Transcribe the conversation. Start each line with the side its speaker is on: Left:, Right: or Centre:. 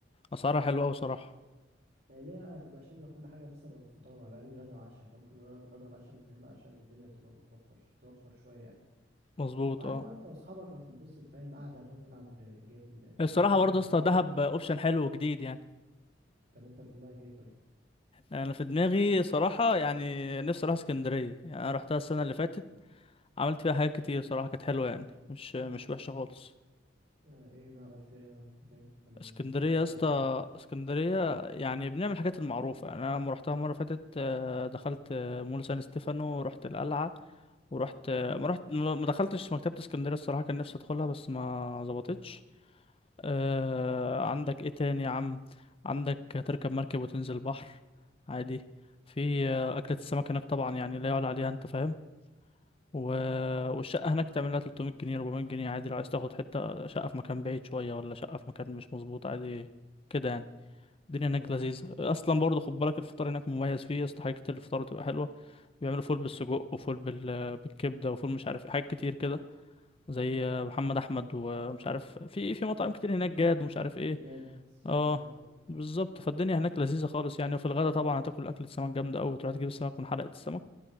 Left: اسعارها حلوه اوي صراحه
Right: ما هي دي هتبقى شاملة كل حاجة مثلا الفطار وهيبقى لك غدا وعشاء احنا ممكن نقعد الغدا والعشاء من هنا عشان الدنيا تبقى متوفر توفر شوية يعني
Left: مظبوط
Right: وعادي
Left: اه
Right: بقى انت واصحابك هتتبسط فاهم قاعدة هتقعد تلعب جيم آه، يعني
Left: الصراحة
Right: هتلعب
Left: برضه
Right: انت
Left: يا
Right: واصحابك
Left: اسطى دهب اوبشن حلو وجديد يعني
Right: طب انت في دماغك ايه طيب؟
Left: انا في دماغي صراحة يعني نفسي اروح اسكندرية يعني انا رحتها السنة اللي فاتت عملت فيها حاجات كتير صراحة كانت حلوة يعني مش مش وحشة خالص
Right: آه، ايه بقى عملت ايه انا رحت فين؟ انا
Left: اسكندرية
Right: مش محتاج
Left: يا اسطى
Right: غير مرة واحدة
Left: اسكندرية يعني بنعمل الحاجات المعروفة يعني انا لما رحتها مرة فاتت آه، دخلت آه، مول سان ستيفانو ورحت القلعة ورحت آه، ما رحت ما ما دخلتش مكتبة اسكندرية الصراحة كان نفسي ادخلها بس ما ظبطتش آه عندك ايه تاني يا عم عندك تركب مركب وتنزل بحر عادي في آه، أكلة السمك هناك طبعا يعني لا يعلى عليها انت فاهم و... والشقة هناك تعمل لها 300 جنيه 400 جنيه عادي لو عايز تاخد حتة شقة في مكان بعيد شوية ولا شقة في مكان مش مظبوط عادي كده يعني الدنيا
Right: طب والله
Left: هناك
Right: ده رخيص
Left: لذيذة أصلا برضه خد بالك الفطار هناك مميز فيه يا اسطى حاجات كتير الفطار بتبقى حلوة بيعملوا فول بالسجق وفول بال... بالكبدة وفول مش عارف إيه، حاجات كتير كده زي محمد احمد ومش عارف في في مطاعم كتير هناك جاد ومش عارف ايه
Right: بجد في
Left: اه
Right: كذا حد اه.
Left: بالظبط فالدنيا هناك لذيذه خالص يعني وفي الغدا طبعا هتاكل اكله سمك جامده قوي تروح تجيب السمك من حلقه السمك